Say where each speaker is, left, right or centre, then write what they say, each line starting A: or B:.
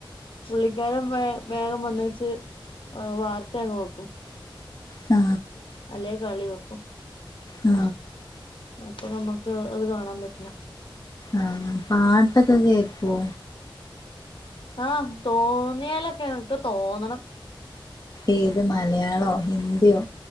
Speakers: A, on the left; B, on the left.
A: പുള്ളിക്കാരൻ വേ വേഗം വന്ന വച്ച് വാർത്ത അങ്ങ് വെക്കും
B: ആ
A: അല്ലേ കളി വെക്കും
B: ആ
A: അപ്പൊ നമുക്ക് അത് കാണാൻ പറ്റില്ല
B: ആ പാട്ടൊക്കെ കേക്കോ
A: ആ തോന്നിയാലൊക്കെ എനിക്ക് തോന്നണം
B: ഏത് മലയാളോ ഹിന്ത്യോ